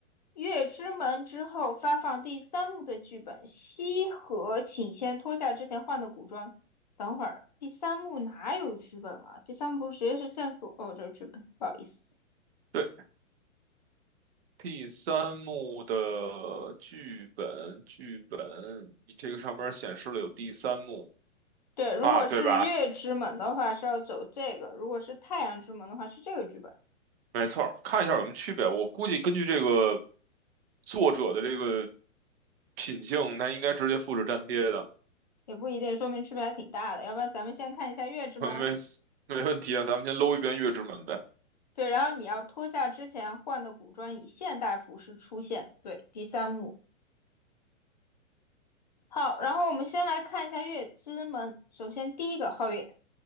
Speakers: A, on the left; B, on the right.
A: 月之门之后发放第三幕的剧本。西河，请先脱下之前换的古装。等会儿，第三幕哪有剧本了？第三幕不是直接是线索？哦，这是剧本，不好意思。
B: 对。第三幕的剧本，剧本，你这个上面显示了有第三幕
A: 对，如果是月之门的话是要走这个，
B: 啊，对吧？
A: 如果是太阳之门的话是这个剧本，
B: 没错儿，看一下有什么区别。我估计根据这个作者的这个品性，他应该直接复制粘贴的，
A: 也不一定，说明区别还挺大的。要不然咱们先看一下月之门。
B: <laughs> 没没问题啊。咱们先搂一遍《月之门》呗。
A: 对，然后你要脱下之前换的古装，以现代服饰出现。对，第三幕。好，然后我们先来看一下月之门。首先第一个皓月，